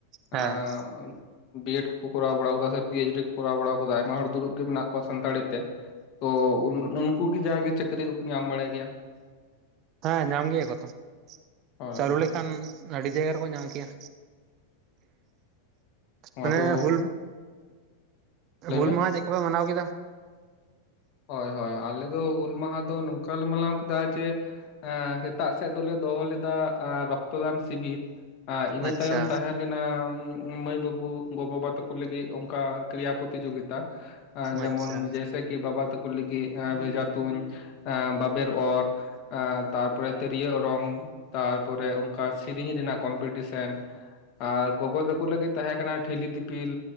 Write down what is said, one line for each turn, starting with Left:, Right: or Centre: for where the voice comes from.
Right: ᱦᱮᱸ
Left: ᱟᱸᱻ ᱵᱤᱭᱮᱰ ᱠᱚᱠᱚ ᱠᱚᱨᱟᱣ ᱵᱟᱲᱟ ᱠᱟᱫᱟ ᱥᱮ ᱯᱤᱮᱭᱤᱪᱰᱤ ᱠᱚ ᱠᱚᱨᱟᱣ ᱵᱟᱲᱟ ᱠᱟᱫᱟ ᱟᱭᱢᱟ ᱦᱚᱲ ᱫᱩᱲᱩᱵ ᱜᱮ ᱢᱮᱱᱟᱜ ᱠᱚᱣᱟ ᱥᱟᱱᱛᱟᱲᱤ ᱛᱮ ᱛᱚ ᱤᱱ ᱩᱱᱠᱩ ᱜᱮ ᱡᱟᱜᱮ ᱪᱟᱹᱠᱨᱤ ᱠᱚᱠᱚ ᱧᱟᱢ ᱵᱟᱲᱟᱭ ᱠᱮᱭᱟ
Right: ᱦᱮᱸ ᱧᱟᱢ ᱜᱮᱭᱟ ᱠᱚᱛᱚ
Left: ᱦᱳᱭ
Right: ᱪᱟᱹᱞᱩ
Left: ᱦᱳᱭ
Right: ᱞᱮᱠᱷᱟᱱ ᱟᱹᱰᱤ ᱡᱟᱭᱜᱟ ᱨᱮᱠᱚ ᱧᱟᱢ ᱠᱮᱭᱟ ᱢᱟᱱᱮ
Left: ᱟᱫᱚ
Right: ᱦᱩᱞ
Left: ᱞᱟᱹᱭ
Right: ᱦᱩᱞ
Left: ᱢᱮ
Right: ᱢᱟᱦᱟ ᱪᱮᱫᱠᱟᱯᱮ ᱢᱟᱱᱟᱣ ᱠᱮᱫᱟ
Left: ᱦᱳᱭ ᱦᱳᱭ ᱟᱞᱮ ᱫᱚ ᱦᱩᱞ ᱢᱟᱦᱟ ᱫᱚ ᱱᱚᱝᱠᱟ ᱞᱮᱮ ᱢᱟᱱᱟᱣ ᱠᱮᱫᱟ ᱡᱮ ᱮᱸᱻ ᱥᱮᱛᱟᱜ ᱥᱮᱫ ᱫᱚᱞᱮ ᱫᱚᱦᱚ ᱞᱮᱫᱟ ᱨᱚᱠᱛᱚᱫᱟᱱ ᱥᱤᱵᱤᱨ ᱮᱸ ᱤᱱᱟᱹ
Right: ᱟᱪᱪᱷᱟ
Left: ᱛᱟᱭᱚᱢ ᱛᱟᱦᱮᱸ ᱞᱮ ᱞᱮᱱᱟ ᱢᱟᱹᱭ ᱵᱟᱹᱵᱩ ᱜᱚ-ᱵᱟᱵᱟ ᱛᱟᱠᱚ ᱞᱟᱹᱜᱤᱫ ᱚᱱᱠᱟ ᱠᱨᱤᱭᱟ ᱯᱚᱛᱤᱡᱚᱜᱤᱛᱟ ᱟ ᱟᱸ ᱡᱮᱢᱚᱱ
Right: ᱟᱪᱪᱷᱟ
Left: ᱡᱮᱭᱥᱮ ᱠᱤ ᱵᱟᱵᱟ ᱛᱟᱹᱠᱩ ᱞᱤᱜᱤᱜᱼᱼ ᱟᱸ ᱵᱷᱮᱡᱟ ᱛᱩᱧ ᱟᱸ ᱵᱟᱵᱮᱨ ᱚᱨ᱾ ᱟᱨ ᱛᱟᱨ ᱯᱚᱨᱮ ᱛᱤᱨᱭᱳ ᱚᱨᱚᱝ ᱛᱟᱨ ᱯᱚᱨᱮ ᱚᱱᱠᱟ ᱥᱤᱨᱤᱧ ᱨᱤᱱᱟᱜ ᱠᱚᱢᱯᱤᱴᱤᱥᱮᱱ᱾ ᱟᱨ ᱜᱚᱜᱚ ᱛᱟᱹᱠᱩ ᱞᱟᱹᱜᱤᱫ ᱛᱟᱦᱮᱸ ᱠᱟᱱᱟ ᱴᱷᱤᱞᱤ ᱫᱤᱯᱤᱞ